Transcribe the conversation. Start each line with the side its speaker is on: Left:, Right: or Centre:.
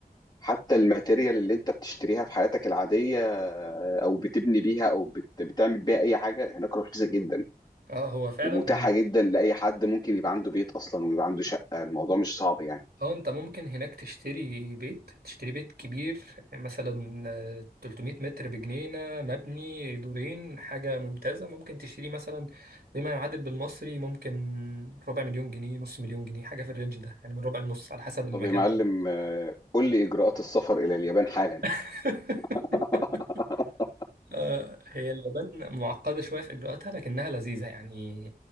Left: حتى الماتيريال اللي انت بتشتريها في حياتك العاديه آه، او بتبني بيها او بت بتعمل بيها اي حاجه هناك رخيصه جدا
Right: اه هو فعلا
Left: ومتاحه جدا لاي حد ممكن يبقى عنده بيت اصلا ويبقى عنده شقه الموضوع مش صعب يعني
Right: اه انت ممكن هناك تشتري بيت تشتري بيت كبير مثلا آه، 300 متر بجنينة مبني دورين حاجة ممتازة ممكن تشتريه مثلا بما يعادل بالمصري ممكن ربع مليون جنيه نص مليون جنيه حاجة في الرينج ده يعني من ربع لنص على حسب المكان
Left: طب يا معلم
Right: طبعا
Left: آه، قول لي اجراءات السفر الى اليابان حالا
Right: <laughs>
Left: <laughs>
Right: آه، هي اليابان معقدة شوية في إجراءاتها لكنها لذيذة يعني